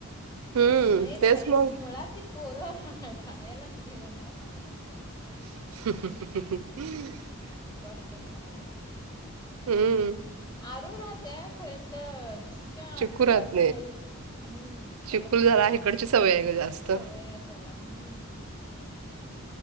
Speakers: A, on the right; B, on the left.
A: हम्म
B: आणि राहाय
A: तेच मग
B: मुळात ते पोर रा याला नाही म्हणतात असं.
A: <unintelligible>
B: या खायाला.
A: हम्म
B: आरू राहते खर <unintelligible> का
A: चिकू
B: अजिबात
A: राहत
B: नाही हम्म त्याला
A: चिकूल
B: बिसून
A: जरा इकडची सवय आहे ग जास्त
B: सवय आहे त्याला हम्म.